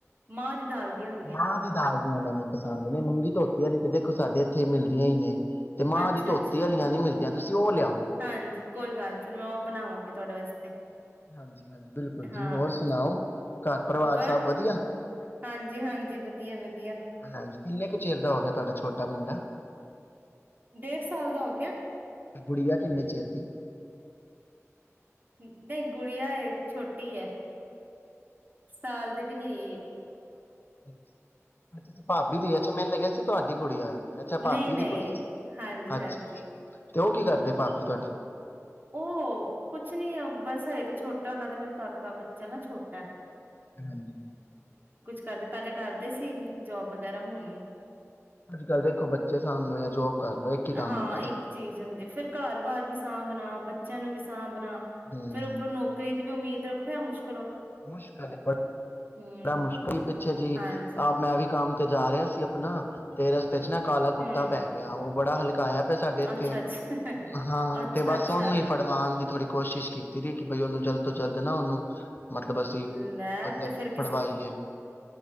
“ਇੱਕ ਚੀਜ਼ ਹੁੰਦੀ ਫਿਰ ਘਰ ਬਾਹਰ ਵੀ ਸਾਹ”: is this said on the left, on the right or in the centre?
Right